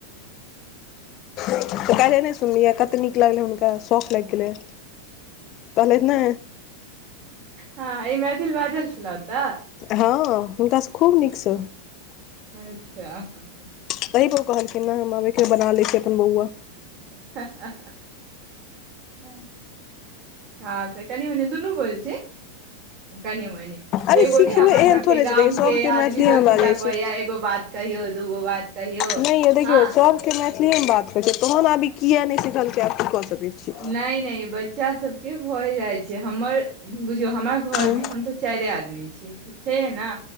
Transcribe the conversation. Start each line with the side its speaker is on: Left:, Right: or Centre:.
Left: तऽ काएले नहि सुनलियै कते नीक लगलै हुनका शौख लागि गेलै कहलेत ने
Right: हँ ई मैथिल बाजल छलहु ओत।
Left: हँ हुनकासँ खूब नीक स
Right: अच्छा।
Left: तहीपर ओ कहलखिन ने हम आबेके बना लै छिय अपन बौआ
Right: ह ह ह हँ त कनि मनि दुनू बोझे छै कनि मनी
Left: अरे
Right: एगो
Left: सिखबै
Right: ने अपन
Left: एहन
Right: सभके
Left: थोड़े
Right: गाम
Left: छै देखियौ सबके
Right: के आदमी
Left: मैथिलीमे
Right: सभ खिस्सा
Left: बाजै
Right: कहैया
Left: छै
Right: एगो बात कहियो, दूगो बात कहियो
Left: नहि य देखियौ
Right: हँ
Left: सभके मैथिलीए मे बात करै छै तोहन अभी किया नहि सिखलक आ की क सकै छी
Right: नहि नहि बच्चा सभके भए जाइ छै हमर। बुझियौ हमरा घरमे
Left: हँ
Right: हम सभ चारिए आदमी छिय, छै ने,